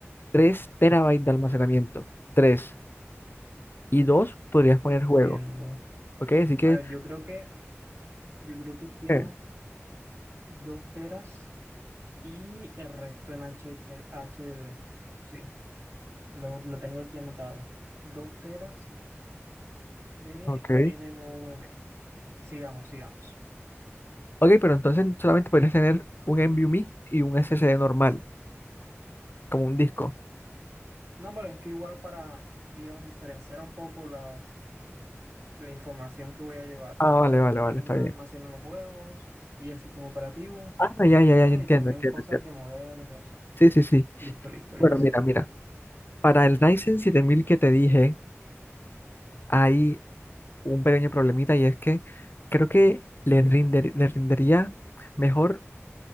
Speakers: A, on the left; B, on the right.
A: 3 terabytes de almacenamiento. tres Y 2 podrías
B: Entiendo.
A: poner juego. ¿Ok? Así que...
B: A ver, yo creo que, yo creo que quiero
A: eh,
B: 2 teras y el resto en HH D Sí, Lo, lo tengo aquí anotado. Dos teras de
A: ok.
B: NMVM. Sigamos, sigamos.
A: Ok, pero entonces solamente podrías tener un NVMe y un SSD normal, como un disco.
B: No, pero es que igual para, digamos, diferenciar un poco las, la información que voy a llevar.
A: Ah,
B: O sea,
A: vale, vale, vale,
B: en una
A: está bien.
B: almaceno los juegos y el sistema operativo.
A: Ah, ya, ya, ya,
B: Bueno,
A: ya, entiendo,
B: y también
A: entiendo,
B: cosas
A: entiendo.
B: de modelos, eso.
A: Sí, sí, sí.
B: Listo, listo, listo.
A: Bueno, mira, mira. Para el Ryzen 7000 que te dije, hay un pequeño problemita y es que creo que le rinde- le rendería mejor